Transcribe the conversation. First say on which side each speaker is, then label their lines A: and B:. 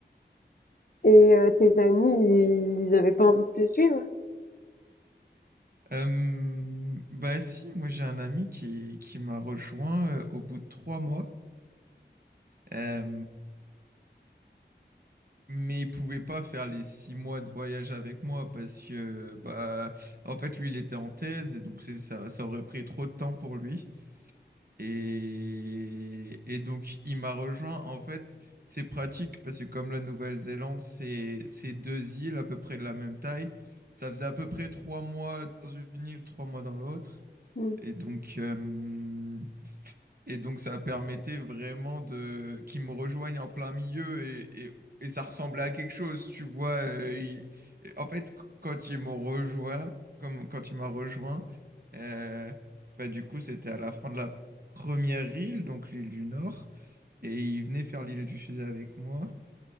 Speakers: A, on the left; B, on the right.
A: Et euh, tes amis, ils avaient pas envie de te suivre?
B: Euh, bah si, moi j'ai un ami qui, qui m'a rejoint euh, au bout de trois mois, Euh, mais il pouvait pas faire les six mois de voyage avec moi parce que bah en fait lui il était en thèse et donc c'est- ça, ça aurait pris trop de temps pour lui. Et, et donc, il m'a rejoint. En fait, c'est pratique parce que comme la Nouvelle-Zélande, c'est c'est deux îles à peu près de la même taille. Ça faisait à peu près trois mois dans une île, trois mois dans l'autre.
A: Hmm.
B: Et donc, euh, et donc, ça permettait vraiment de qu'ils me rejoignent en plein milieu et, et, et ça ressemblait à quelque chose, tu vois. euh, il- En fait, qu- quand ils m'ont rejoint, comme quand il m'a rejoint, euh, bah, du coup, c'était à la fin de la première île, donc l'île du Nord, et il venait faire l'île du Sud avec moi.